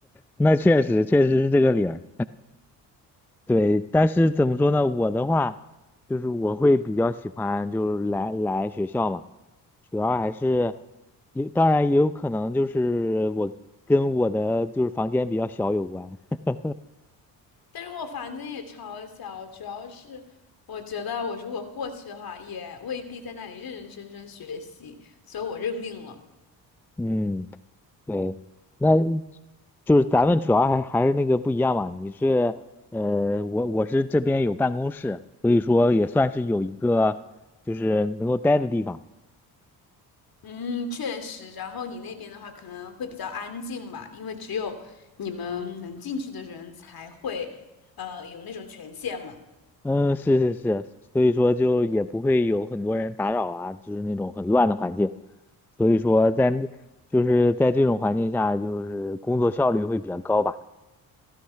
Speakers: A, in the centre; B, on the left (about 55°).
A: 那确实确实是这个理儿。对，但是怎么说呢？我的话，就是我会比较喜欢，就是来来学校嘛，主要还是也当然也有可能就是我跟我的就是房间比较小有关。<laughs>
B: 但是我房间也超小，主要是我觉得我如果过去的话，也未必在那里认认真真学习，所以我认命了。
A: 嗯。对，那就是咱们主要还还是那个不一样嘛。你是呃，我我是这边有办公室，所以说也算是有一个就是能够待的地方。
B: 嗯，确实。然后你那边的话，可能会比较安静吧，因为只有你们能进去的人才会，呃，有那种权限嘛。
A: 嗯，是是是，所以说就也不会有很多人打扰啊，就是那种很乱的环境。所以说在就是在这种环境下，就是工作效率会比较高吧。